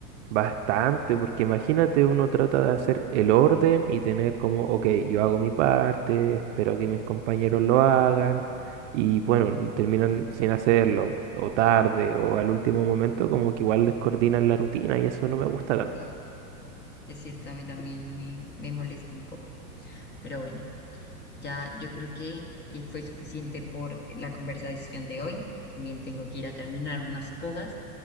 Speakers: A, on the right; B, on the left.
A: Bastante, porque imagínate, uno trata de hacer el orden y tener como, ok, yo hago mi parte, espero que mis compañeros lo hagan, y bueno, n- terminan sin hacerlo, o tarde, o al último momento, como que igual descoordinan la rutina y eso no me gusta tanto.
B: Sí, es cierto, a mí también me, me molesta un poco, pero bueno. Ya, yo creo que eh, fue suficiente por la conversación de hoy. También tengo que ir a terminar unas cosas.